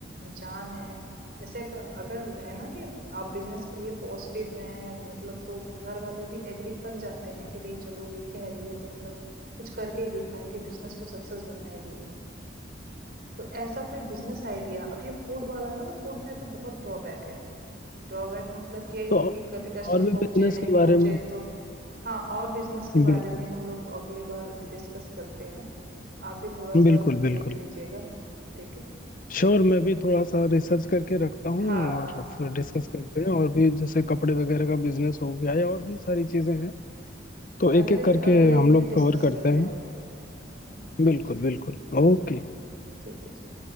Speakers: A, on the right; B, on the left.
A: जान है जैसे अगर अगर है ना कि आप बिजनेस के लिए पॉजिटिव हैं मतलब तो घर वाले भी एग्री कर जाते हैं कि नहीं चलो ये कह रही है तो मतलब कुछ करके ही दिखाए कि बिजनेस को सक्सेस बनाएगी तो ऐसा कोई बिजनेस आइडिया अब ये फूड वाला ना तो फूड में तो बहुत ड्रॉबैक है ड्रॉबैक मतलब कि यही
B: तो
A: है कि कभी कस्टमर
B: और भी बिजनेस
A: पहुंचे नहीं
B: के बारे
A: पहुंचे
B: में
A: तो हाँ और बिजनेस के
B: बिल्कुल
A: बारे में हम लोग अगली बार डिस्कस करते हैं आप भी थोड़ा-सा
B: बिल्कुल बिल्कुल
A: देख लीजिएगा, ठीक है?
B: श्योर मैं
A: ठीक
B: भी थोड़ा सा रिसर्च करके रखता हूँ
A: है। हाँ,
B: और
A: हाँ, हाँ।
B: फिर डिस्कस करते हैं और भी जैसे कपड़े वगैरह का बिजनेस हो गया या और भी सारी चीजें हैं तो एक
A: अगले
B: एक करके
A: अगले
B: हम
A: में
B: लोग कवर
A: डिस्कस
B: करते
A: करते
B: हैं
A: हैं हम लोग। हुँ,
B: बिल्कुल बिल्कुल ओके
A: ठीक है जी।